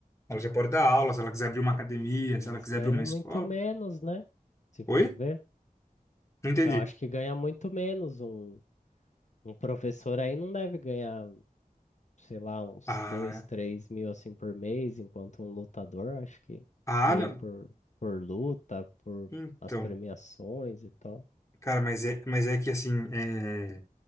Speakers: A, on the left; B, on the left.
A: Ela já pode dar aula, se ela quiser abrir uma academia,
B: Mas
A: se ela quiser
B: ganha
A: abrir uma escola.
B: muito menos, né? Se
A: Oi?
B: for ver.
A: Não entendi.
B: Eu acho que ganha muito menos. Um, um professor aí não deve ganhar. sei lá, uns
A: Ah,
B: dois, três mil assim por mês, enquanto um lutador acho que
A: ah,
B: ganha
A: não.
B: por, por luta, por
A: Então,
B: as premiações e tal.
A: cara, mas é, mas é que assim, é...